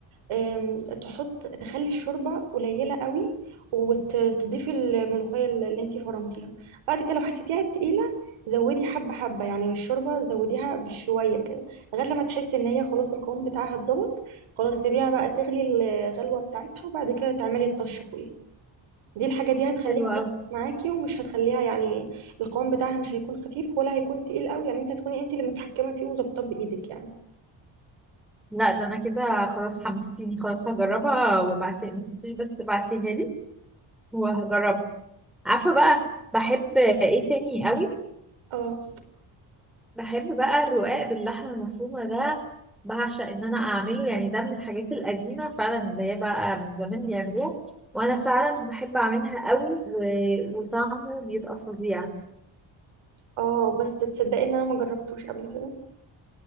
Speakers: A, on the right (about 85°); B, in the centre.
A: آم، تحط تخلي الشوربه قليله قوي وتضيفي الملوخيه اللي انت فرمتيها بعد كده لو حسيتيها تقيله زودي حبه حبه يعني الشوربه زوديها بشويه كده لغايه لما تحسي ان هي خلاص القوام بتاعها اتظبط خلاص سيبيها بقى تغلي الغلوه بتاعتها وبعد كده تعملي الطشه فوقيها دي الحاجة دي هتخليها
B: حلوة
A: تظبط
B: أوي
A: معاكي ومش هتخليها يعني القوام بتاعها مش هيكون خفيف ولا هيكون تقيل قوي يعني انت هتكوني انت اللي متحكمة فيه وظابطاه بإيدك يعني
B: لا ده أنا كده خلاص حمستيني خلاص هجربها وابعتي ما تنسيش بس تبعتيها لي وهجربها عارفة بقى بحب ايه تاني أوي
A: اه
B: بحب بقى الرقاق باللحمة المفرومة ده بعشق ان انا اعمله يعني ده من الحاجات القديمة فعلا اللي هي بقى من زمان بيعملوها وانا فعلا بحب اعملها قوي و... وطعمه بيبقى فظيع
A: اه بس تصدقي ان انا ما جربتوش قبل كده